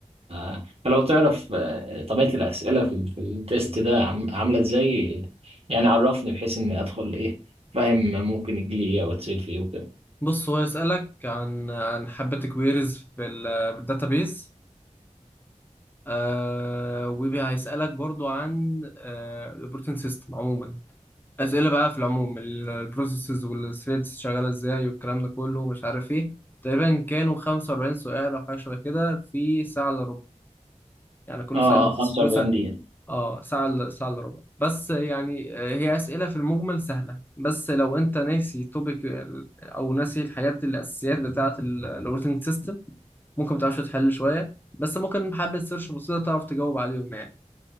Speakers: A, on the right (about 55°); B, on the left (about 15°).
A: آه، فلو تعرف آه، طبيعه الاسئله في ال- في التيست ده عم- عامله ازاي يعني عرفني بحيث اني ادخل ايه فاهم ممكن يجي لي ايه او اتسال في ايه وكده
B: بص هو يسالك عن عن حبه كويريز في الداتابيس آه وهيسالك برضو عن الاوبريتنج سيستم عموما اسئله بقى في العموم البروسيسز والثريدز شغاله ازاي والكلام ده كله ومش عارف ايه تقريبا كانوا 45 سؤال او حاجه شبه كده في ساعه الا ربع يعني كل
A: اه
B: سؤال
A: اه 45
B: كل سؤال
A: دقيقه
B: اه ساعه إلا- ساعه الا ربع بس يعني آه، هي اسئله في المجمل سهله بس لو انت ناسي توبيك او ناسي الحاجات الاساسيات بتاعه الاوبريتنج سيستم ممكن ما تعرفش تحل شويه بس ممكن بحبه سيرش بسيطه تعرف تجاوب عليهم يعني